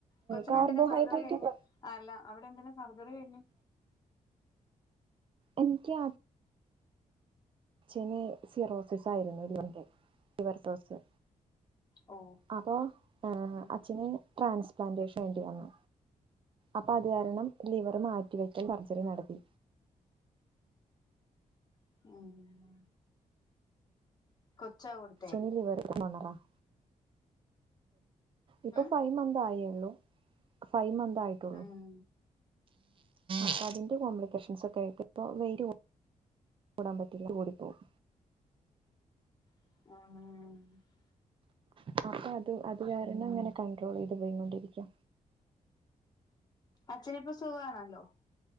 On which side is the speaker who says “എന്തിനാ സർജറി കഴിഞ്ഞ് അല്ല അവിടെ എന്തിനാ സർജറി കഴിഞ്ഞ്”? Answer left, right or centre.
Left